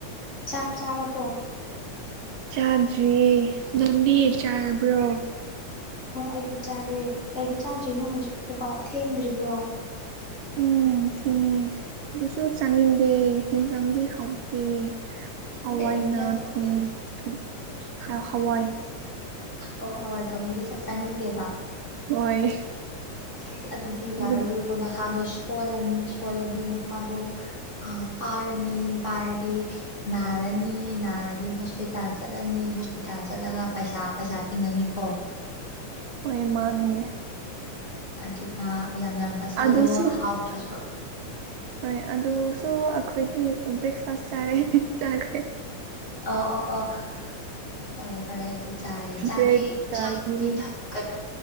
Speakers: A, on the left; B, on the right.
A: ꯆꯥꯛ ꯆꯥꯔꯕꯣ
B: ꯆꯥꯗ꯭ꯔꯤꯌꯦ ꯅꯪꯗꯤ ꯆꯥꯔꯕ꯭ꯔꯣ
A: ꯍꯣꯏ ꯑꯩꯗꯤ ꯆꯥꯔꯦ ꯀꯩꯒꯤ ꯆꯥꯗꯔꯤꯅꯣ ꯍꯧꯖꯤꯛ ꯐꯥꯎꯕ ꯊꯦꯡꯗ꯭ꯔꯤꯕ꯭ꯔꯣ
B: ꯎꯨꯝ ꯊꯦꯡꯉꯦ ꯑꯗꯨꯁꯨ ꯆꯥꯅꯤꯡꯗꯦ ꯍꯤꯟꯖꯥꯡꯗꯤ ꯍꯥꯎꯇꯦ ꯍꯋꯥꯏꯅ
A: ꯀꯩ ꯏꯟꯖꯥꯡ ꯊꯣꯡꯒꯦ
B: ꯊꫭꯡ ꯊꫭꯡ ꯍꯋꯥꯏ
A: ꯑꯣ ꯍꯋꯥꯏ ꯊꯣꯡꯕꯒꯤ ꯆꯥꯛ ꯆꯥꯅꯤꯡꯗꯦꯕ
B: ꯍꯣꯏ
A: ꯑꯩꯁ ꯑꯗꯨꯗꯤ
B: ꯑꯗꯨꯝ
A: ꯌꯥꯔꯔꯣꯏꯀꯣ ꯅꯁꯥꯗꯣ ꯁꯣꯜꯂꯅꯤ ꯁꯣꯜꯂꯗꯤ ꯅꯁꯥꯗꯣ ꯑ ꯄꯥꯔꯅꯤ ꯄꯥꯔꯗꯤ ꯅꯥꯔꯅꯤ ꯅꯥꯔꯗꯤ ꯍꫭꯁ ꯍꯣꯁꯄꯤꯇꯥꯜ ꯆꯠꯂꯅꯤ ꯍꯣꯁꯄꯤꯇꯥꯜ ꯆꯠꯂꯒ ꯄꯩꯁꯥ ꯄꯩꯁꯥ ꯇꯤꯡꯉꯅꯤꯀꯣ
B: ꯍꯣꯏ ꯃꯥꯅꯦ
A: ꯑꯗꯨꯅ ꯌꯥꯝ ꯌꯥꯝ ꯆꯥꯁꯜꯂꯣ
B: ꯑꯗꯨꯁꯨ
A: ꯍꯥꯎꯗ꯭ꯔꯁꯨ
B: ꯍꯣꯏ ꯑꯗꯨꯁꯨ ꯑꯩꯈꯣꯏꯗꯤ ꯕ꯭ꯔꯦꯛꯐꯥꯁ ꯆꯥꯔꯦ ꯆꯥꯈ꯭ꯔꯦ
A: ꯑ ꯑꯣ ꯑꯣ ꯐꯔꯦ ꯐꯔꯦ ꯑꯗꯨ ꯆꯥꯔꯗꯤ ꯆꯥꯛꯇꯤ
B: ꯕ꯭ꯔꯦꯗꯀ
A: ꯆꯥꯛꯇꯤ
B: ꯌꯦꯔꯨꯝ
A: ꯊꯛ ꯀꯩꯅꯣ